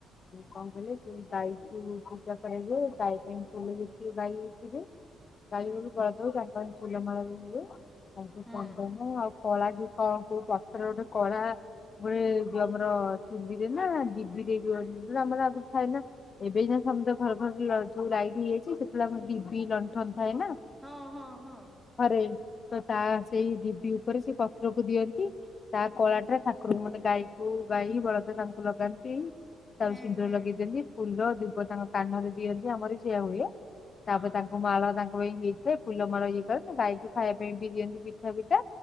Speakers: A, on the left; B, in the centre.
A: କଣ କହିଲେ ସେ ଗାଈଠୁ ପୂଜା କରଯାଏ, ଗାଈ ପାଇଁ ଫୁଲ ଯେତିିବ ଗାଈ ହେଇଥିବେ। ଗାଈ
B: ହୁଁ
A: ଗୋରୁ ବଳଦ ଫୁଲ ମାଲ ଦେଉଥିଲୁ ତାଙ୍କୁ
B: ହୁଁ
A: ଚନ୍ଦନ କଳା କି କଣ, କୋଉ ପତ୍ର ଗୋଟେ କଳା ଗ ଯ ଆମର ଚୁଲିରେ ନା ଡିବି ଦେଇ ଆମର ଆଗରୁ ଥାଏ ନାଁ ଏବେ ଯ ତ ଘର ଘର ଯୋଉ ଲାଇଟ ହେଇଯାଇଛି। ସେତେବେଳ ଆମ ଡିବି ଲଣ୍ଠନ ଥାଏ ନାଁ।
B: ହଁ ହଁ ହଁ
A: ଘରେ ତ ତା ସେଇ ଡିବି ଉପରେ ସେ ପତ୍ରକୁ ଦିଅନ୍ତି। ତା
B: ହୁଁ
A: କଳାଟା ଠାକୁରଙ୍କୁ ମାନେ ଗାଈକୁ ଗାଈ ବଳଦ ତାଙ୍କୁ ଲଗାନ୍ତି। ତା
B: ହୁଁ
A: ସିନ୍ଦୁର
B: ହୁଁ
A: ଲଗେଇଦେଅନ୍ତି ଫୁଲ ଦୁବ ତାଙ୍କ କାନରେ ଦିଅନ୍ତି। ଆମର ସେଆ ହୁଏ।
B: ହଁ
A: ତାପରେ ତାଙ୍କୁ ମାଳ ତାଙ୍କ ହେଇଥାଏ। ଫୁଲ ମାଲ ଇଏ କ ଗାଈକୁ ଖାଇବା ପାଇଁ ବି ଦିଅନ୍ତି। ପିଠା ପିଠା